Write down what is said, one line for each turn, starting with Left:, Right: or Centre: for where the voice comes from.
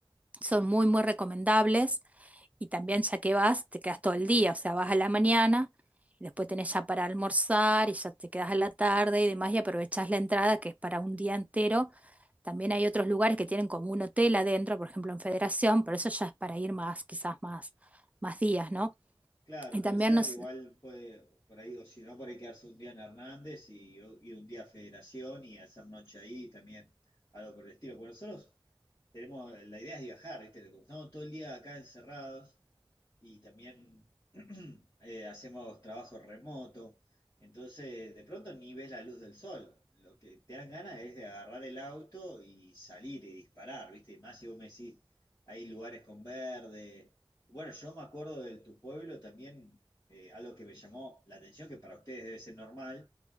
Right: son muy, muy recomendables. Y también ya que vas, te quedas todo el día, o sea, vas a la mañana, y después tenés ya para almorzar y ya te quedas a la tarde y demás y aprovechás la entrada que es para un día entero. También hay otros lugares que tienen como un hotel adentro, por ejemplo en Federación, pero eso ya es para ir más, quizás más, más días, ¿no?
Left: Claro,
Right: Y
Left: puede
Right: también
Left: ser,
Right: nos...
Left: igual puede, por ahí, o si no, por ahí quedarse un día en Hernández y ir un día a Federación y hacer noche ahí también, algo por el estilo. Porque nosotros tenemos, la idea es viajar, ¿viste? Como estamos todo el día acá encerrados y también <clears throat> eh, hacemos trabajo remoto. Entonces, de pronto ni ves la luz del sol. Lo que te dan ganas es de agarrar el auto y salir y disparar, ¿viste? Y más si vos me decís, hay lugares con verde. Bueno, yo me acuerdo del tu pueblo también, eh, algo que me llamó la atención, que para ustedes debe ser normal